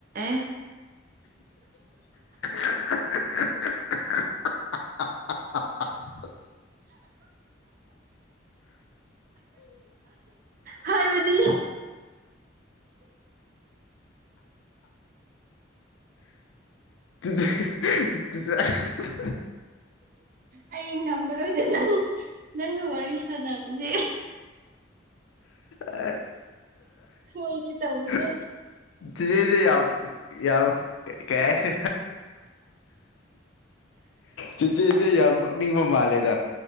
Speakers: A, on the right; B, on the left.
A: ꯑꯦ
B: <unintelligible>
A: ꯍꯥꯏꯕꯗꯤ
B: <unintelligible>
A: ꯑꯩ ꯉꯝꯃꯔꯣꯏꯗ ꯅꯪ ꯅꯪꯒ ꯋꯥꯔꯤ ꯁꯥꯟꯅꯕꯁꯦ
B: ꯑ
A: ꯍꯣꯏꯅꯤ ꯇꯕꯨ ꯍꯦ
B: <inaudible> ꯌꯥꯎ ꯀꯩ ꯍꯥꯏꯁꯨ ꯆꯤꯆꯦꯆꯦ ꯌꯥꯝ ꯅꯣꯛꯅꯤꯡꯕ ꯃꯥꯜꯂꯦꯗ